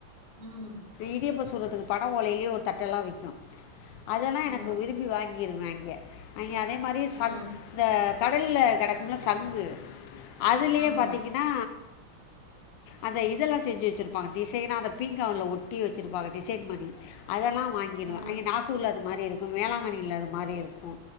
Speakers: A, on the right (about 35°); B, on the left (about 70°).
A: ம்
B: இடியப்ப சுற்றதுக்கு பன ஓலையிலயே ஒரு தட்டெல்லா விக்கு அதெல்லா எனக்கு
A: ஆ
B: விரும்பி வாங்கிருந்தாங்க அங்கே அதே மாரி சங்
A: ஆ
B: அந்த க டல்ல கெடைக்கும்ல சங்கு அதுலயே
A: ஆமா
B: பாத்தீங்கன் நா அந்த இதெல்லா செஞ்சு வெச்சுருப்பாங்க டிசைனா அத பீங்காவுல ஒ ட்டி வெச்சருப்பாங்க டிசைன் பண்ணி அதெல்லா வாங்கிடுவே
A: ஆ
B: அங்கே நாகூர்ல அது மாரி இருக்கு வேளாங்கண்ணில அது மாரி இருக்கு